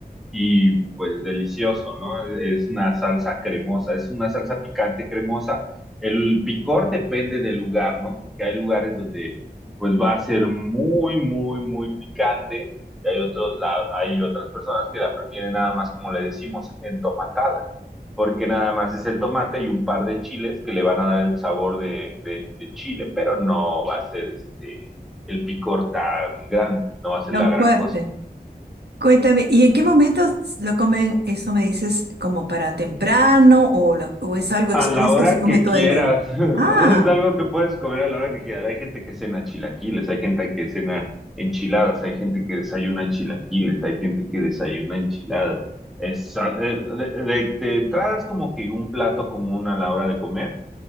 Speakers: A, in the centre; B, on the right.
A: y pues delicioso, ¿no? Es una salsa cremosa, es una salsa picante cremosa. El picor depende del lugar, ¿no? Porque hay lugares donde pues va a ser muy, muy, muy picante y hay otros, la- hay otras personas que la prefieren nada más, como le decimos, entomatada, porque nada más es el tomate y un par de chiles que le van a dar el sabor de, de, de chile, pero no va a ser este, el picor tan grande, no va a ser
B: tan
A: la gran
B: fuerte.
A: cosa.
B: Cuéntame, ¿y en qué momentos lo comen? Eso me dices, como para temprano o, la- o es algo
A: A
B: express
A: la hora
B: que se come
A: que
B: todo
A: quieras.
B: el día.
A: <laughs>
B: Ah,
A: Es algo que puedes comer a la hora que quieras. Hay gente que cena chilaquiles, hay gente que cena enchiladas, hay gente que desayuna chilaquiles, hay gente que desayuna enchiladas. Es, a- eh, de, de- de entrada es como que un plato común a la hora de comer,